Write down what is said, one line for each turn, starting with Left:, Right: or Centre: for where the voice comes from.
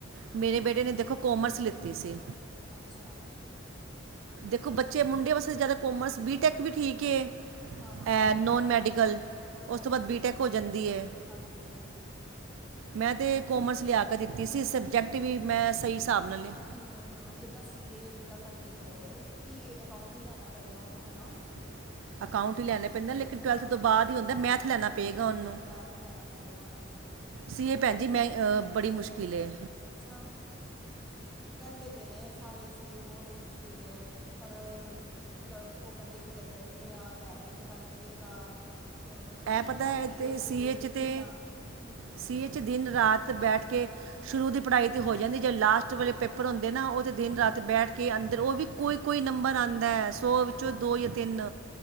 Right: ਮੇਰੇ ਬੇਟੇ ਨੇ ਦੇਖੋ, ਕੋਮਰਸ ਲਿੱਤੀ ਸੀ।
Centre: ਅੱਛਾ।
Right: ਦੇਖੋ ਬੱਚੇ, ਮੁੰਡੇ ਵਾਸਤੇ ਜ਼ਿਆਦਾ ਕੋਮਰਸ, ਬੀਟੈਕ ਵੀ ਠੀਕ ਏ।
Centre: ਹਾਂ ਹਾਂ
Right: ਐ
Centre: ਹਾਂ
Right: ਨੋਨ ਮੈਡੀਕਲ ਉਸ
Centre: ਹਾਂਜੀ
Right: ਤੋਂ ਬਾਅਦ ਬੀਟੈਕ
Centre: ਹਾਂਜੀ
Right: ਹੋ ਜਾਂਦੀ ਏ।
Centre: ਹਾਂਜੀ ਹਾਂਜੀ
Right: ਮੈਂ ਤੇ ਕੋਮਰਸ ਲਿਆ ਕੇ ਦਿੱਤੀ ਸੀ, ਸਬਜੈਕਟ ਵੀ ਮੈਂ ਸਹੀ ਸਾਬ੍ਹ ਨਾਲ ਲਿਆ
Centre: ਹੂੰ-ਹੂੰ, ਜਿੱਦਾਂ ਸੀ ਏ, ਜਿੱਦਾਂ ਕਰਨੀ ਹੋਏ ਤੇ ਕੀ ਅਕਾਊਂਟ ਈ ਲੈਣਾ ਪਏਗਾ ਉਹਨੂੰ ਹੈਨਾ।
Right: <inaudible> ਅਕਾਊਂਟ ਈ ਲੈਣੇ ਪੈਂਦੇ, ਲੇਕਿਨ ਟਵੈਲਥ
Centre: ਹਾਂ
Right: ਤੋਂ ਬਾਅਦ ਈ ਹੁੰਦਾ, ਮੈਥ ਲੈਣਾ ਪਏਗਾ ਉਹਨੂੰ।
Centre: ਮੈਥ ਲੈਣਾ ਪਏਗਾ ਹਾਂਜੀ
Right: ਸੀ ਏ, ਭੈਣ ਜੀ ਮੈਂ ਅ ਬੜੀ ਮੁਸ਼ਕਿਲ ਏ
Centre: ਅੱਛਾ, ਕਹਿੰਦੇ ਤੇ ਨੇ ਸਾਰੇ, ਸੀ ਏ ਬਹੁਤ ਮੁਸ਼ਕਿਲ ਏ ਪਰ ਕ ਉਹ ਕਹਿੰਦੇ ਕਿ ਲੈ ਲੈਂਦੇ ਹਾਂ ਲੈ ਕੇ ਹੀ ਪਤਾ ਲੱਗੇਗਾ ਹੁਣ ਕੀ
Right: ਇਹ ਪਤਾ
Centre: ਹੈ ਕੀਏ
Right: ਤੇ ਸੀਏ
Centre: ਸੀ ਏ ਵਿੱਚ
Right: ਚ ਤੇ
Centre: ਕਿੱਦਾਂ ਹੂ
Right: ਸੀਏ ਦਿਨ ਰਾਤ ਬੈਠ ਕੇ ਸ਼ੁਰੂ ਦੀ ਪੜ੍ਹਾਈ ਤੇ ਹੋ ਜਾਂਦੀ ਜੇ ਲਾਸਟ ਵੇਲੇ ਪੇਪਰ ਹੁੰਦੇ ਨਾ ਉਹ ਦਿਨ
Centre: ਹਾਂਜੀ
Right: ਰਾਤ ਬੈਠ ਕੇ ਅੰਦਰ ਉਹ ਵੀ ਕੋਈ- ਕੋਈ ਨੰਬਰ ਆਉਂਦਾ ਹੈ ਸੌ ਵਿੱਚੋਂ ਦੋ ਜਾਂ ਤਿੰਨ